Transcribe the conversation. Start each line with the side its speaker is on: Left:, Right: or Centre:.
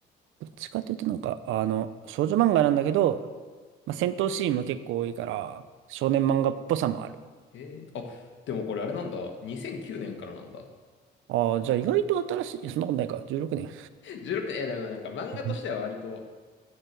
Right: どっちかというとなんか、あの、少女漫画なんだけど、まあ、戦闘シーンも結構多いから、少年漫画っぽさもある。
Left: へえ、あ、でもこれあれなんだ。2009年からなんだ。
Right: ああー、じゃあ意外と新しい。いやそんなことないか。16年。
Left: 16、え、でもなんか漫画としては割と
Right: <laughs>